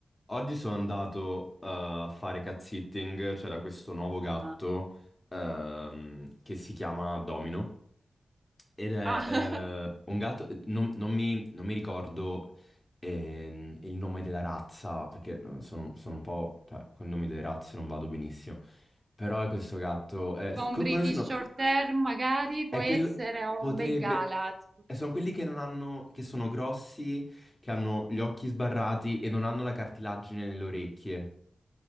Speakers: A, on the left (about 25°); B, on the right (about 40°).
A: Oggi sono andato eh, a fare cat sitting, c'era questo nuovo gatto
B: Ah,
A: ehm, che si chiama Domino ed è
B: <laughs>
A: eh, un gatto, eh, non, non mi, non mi ricordo ehm, il nome della razza perché eh, sono, sono un po', cioè, con i nomi delle razze non vado benissimo, però è questo gatto, eh,
B: tipo un
A: co-
B: British
A: come sono?
B: Short Hair magari, può
A: È
B: essere
A: quello
B: o
A: potrebbe
B: un Bengala, tipo
A: eh, sono quelli che non hanno che sono grossi, che hanno gli occhi sbarrati e non hanno la cartilagine nelle orecchie.